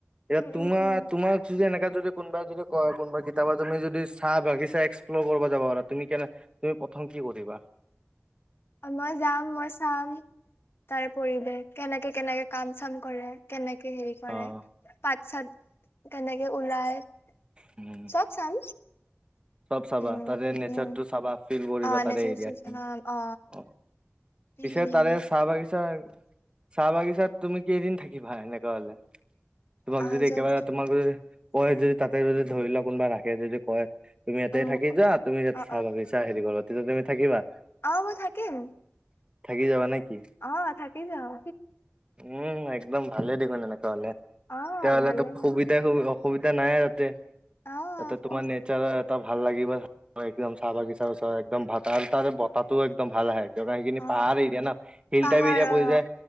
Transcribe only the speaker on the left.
উম
উম উম
মই যাম, মই চাম তাৰ পৰিৱেশ কেনেকে-কেনেকে কাম-চাম কৰে। কেনেকে হেৰি কৰে,
পাত-চাত কেনেকে উলাই।
চব চাম।
উম
উম
অ
নেচাৰেল
অ অ উম
আ
যত
অ
অ
অঁ! মই থাকিম।
অঁ থাকি যাম।
অ
ভালে
অ
অ
অ
পাহাৰ
অ